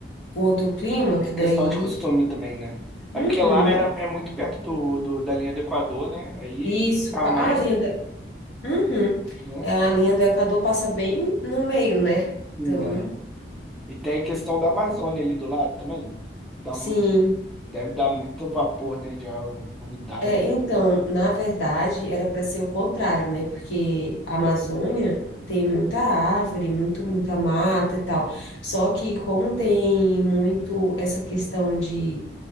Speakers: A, on the left (about 85°); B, in the centre.
A: com outro clima,
B: É
A: que
B: questão
A: daí.
B: de costume também, né?
A: Uhum.
B: É porque lá era, é muito perto do, do- da linha do Equador, né? Aí
A: Isso,
B: tá
A: pa-
B: mais
A: ah, a linha
B: quente,
A: do... Uhum.
B: né?
A: É, A linha do Equador passa bem no meio, né?
B: Ainda,
A: Então,
B: né? E tem a questão da Amazônia ali do lado também. Dá
A: sim.
B: muito, deve dar muito vapor, né? De umidade.
A: É, então, na verdade, era para ser o contrário, né? Porque a Amazônia tem muita árvore, muito, muita mata e tal. Só que como tem muito essa questão de,